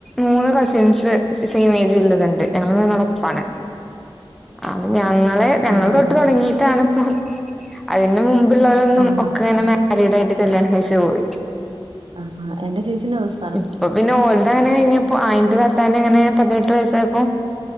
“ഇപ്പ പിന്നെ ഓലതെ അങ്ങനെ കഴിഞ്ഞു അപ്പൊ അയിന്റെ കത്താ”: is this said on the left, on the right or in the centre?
Centre